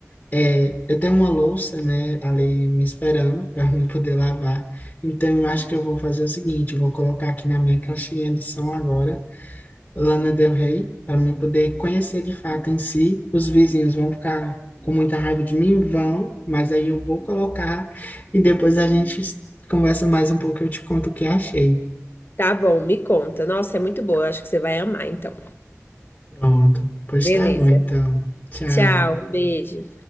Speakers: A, on the left; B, on the left.
A: é, eu tenho uma louça, né, ali me esperando para mim poder lavar. Então, eu acho que eu vou fazer o seguinte: eu vou colocar aqui na minha caixinha de som agora, Lana Del Rey, para mim poder conhecer de fato em si. Os vizinhos vão ficar com muita raiva de mim, vão, mas aí eu vou colocar e depois a gente conversa mais um pouco. Eu te conto o que achei.
B: Tá bom, me conta. Nossa, é muito boa. Eu acho que você vai amar, então.
A: Pronto, pois
B: Beleza.
A: tá bom, então. Tchau.
B: Tchau, um beijo.